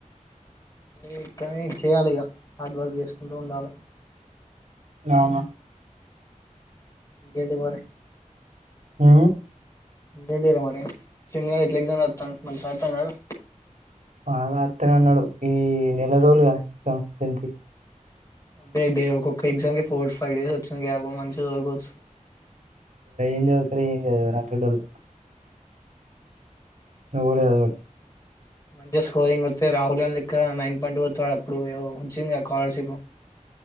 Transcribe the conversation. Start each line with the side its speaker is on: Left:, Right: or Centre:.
Left: ఏము కానీ చేయాలి ఇక హార్డ్ వర్క్ చేస్త కొండ వందాల
Right: అవును
Left: ఇంకేంటి మరి
Right: ఆ
Left: ఇంకేంటి రా మరి సినియా ఎట్ల ఎగ్జామ్ రాస్తున్నాడు మంచిగా టతనాడు
Right: బాగా అత్తనే అన్నాడు ఈ నెల రోజులుగా సంస్ంత
Left: అదేడే ఒక్కొక్క ఎగ్జామ్ కి ఫోర్ ఫైవ్ డేస్ వచ్చింది గ్యాబ మంచి చదుకోవచ్చు
Right: ఇర ఏం గెడల్ అవుడు అదడు
Left: మంచిగా స్కోరింగ్ వస్తే రాహుల్ గాంధీ క్క నైన్ పాయింట్ వస్తాడు అప్పుడుో వచ్చింది స్కాలర్షిప్